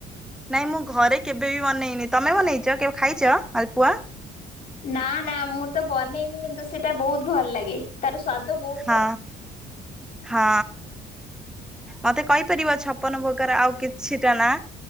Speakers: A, in the centre; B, on the left.
A: ନାଇଁ ମୁଁ ଘରେ କେବେ ବି ବନେଇନି। ତମେ ବନେଇଛ କେବେ ଖାଇଚ ମାାଲପୁଆ।
B: ନା ନା ମୁଁ ତ ବନେଇନି କିନ୍ତୁ ସେଇଟା ବହୁତ ଭଲ ଲାଗେ। ତାର ସ୍ଵାଦ ବହୁତ
A: ହଁ
B: ଭଲ।
A: ହଁ। ମତେ କହିପାରିବ ଛପନ ଭୋଗର ଆଉ କିଛିଟା ନା?